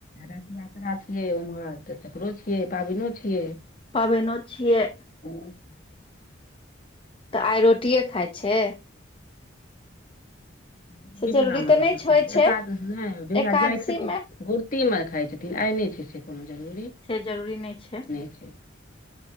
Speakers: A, on the left (about 45°); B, on the left (about 25°).
A: रथ यात्रा छियै ओम्हर तऽ तकरो छियै पाबनो छियै
B: पाबैनि छियै।
A: हँ।
B: आइ रोटिे खाइ छै
A: <unintelligible>
B: से जरूरी
A: <unintelligible>
B: तऽ नहि छै। होइ
A: आइ
B: छै
A: नहि
B: एकादशी
A: छै
B: मे
A: से कोनो जरूरी
B: छे जरूरी नहि छै
A: <unintelligible>